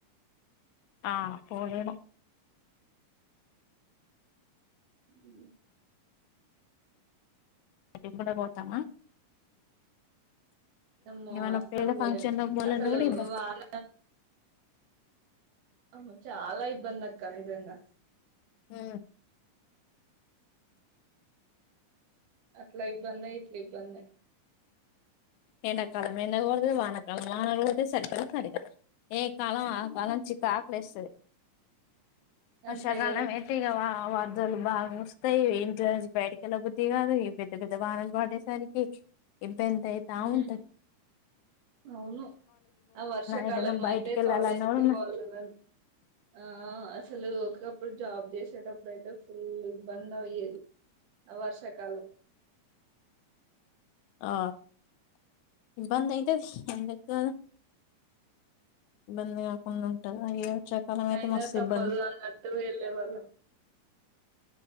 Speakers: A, on the left (about 75°); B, on the right (about 70°).
A: ఆ పోలేనా
B: ఉ
A: నిమ్మల పోతామా
B: అమ్మో
A: ఇవాళ
B: అస్సలు
A: పోయినాకంచి
B: పోలేము
A: అన్నా మల్ల
B: అసలు
A: అన్నా కూడా ఇబ్బంది
B: వాన అమ్మ చాలా ఇబ్బంది అక్క నిజంగా
A: ఉ
B: అట్లా ఇబ్బందే ఇట్ల ఇబ్బందే
A: ఎండకాలం ఎండ కొడుతది వానకాలం వానలు పడుతాయి చలికాలం చలికాలం ఏ కాలం ఆ పనం చికాకు లేస్తది వర్షాకాలం
B: అంతే కదా
A: మేతిగవా వాట్ దన్ బాగా వస్తాయి ఇంట్ల నుంచి బయటికీ వెళ్ళా బుద్ధి కాదు ఈ పెద్ద పెద్ద వానలు పడేసరికి ఎంత ఎంత అయితా
B: ఉమ్
A: ఉంటంది
B: అవును ఆ వర్షాకాలం
A: ఏటైనా బయటికి
B: అయితే
A: వెళ్ళాలన్నా
B: కాలేజీకి
A: కూడా మ
B: పోలేదు అండి ఆస్ అసలు ఒకప్పుడు జాబ్ చేసేటప్పుడు అయితే ఫుల్ ఇబ్బంద అయ్యేది ఆ వర్షాకాలం
A: ఆ ఇబ్బంది అయితది ఎందుకు కాదు ఇబ్బంది కాకుండా ఉంటది ఈ వర్షాకాలం అయితే
B: అయినా
A: మస్తు
B: తప్పదు
A: ఇబ్బంది
B: అన్నట్టు వెళ్ళే వాళ్ళం